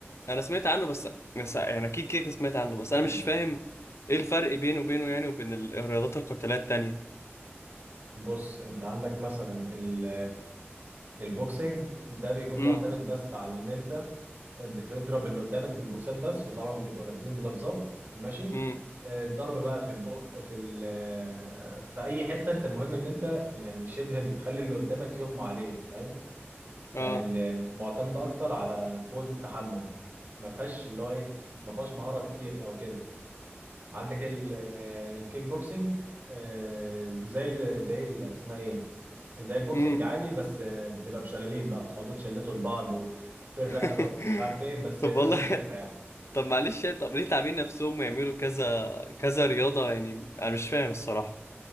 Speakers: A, on the left; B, on the right.
A: انا سمعت عنه بس بس يعني اكيد كده كده سمعت عنه بس
B: <clears throat>
A: انا مش فاهم ايه الفرق بينه وبينه يعني وبين ال- الرياضات القتاليه التانية
B: بص انت عندك مثلا ال البوكسنج ده بيكون
A: امم
B: معتمد بس على ان انت بتضرب اللي قدامك بالبوكسات بس وطبعا بتبقوا لابسين جلافزات ماشي
A: امم
B: اه، الضرب بقى في البق في ال آه، في اي حته انت المهم ان انت يعني شبه بتخلي اللي قدامك يغمى عليه فاهم
A: اه
B: يعني اللي معتمدة أكتر على قوة التحمل ما فيهاش اللي هو إيه ما فيهاش مهارة كتير أو كده عندك ال- آه، الكيك بوكسنج آه، زي ال زي ال اسمها إيه زي البوكسنج
A: امم
B: عادي بس آه، بتبقى بشلالين بقى تقعدوا تشلتوا لبعض وفي الرقبة
A: <laughs>
B: وفي مش عارف إيه بس
A: طب
B: نفس
A: والله
B: الفكرة يعني
A: طب معلش يعني، طب ليه تعبين نفسهم ويعملوا كذا كذا رياضه يعني انا مش فاهم الصراحه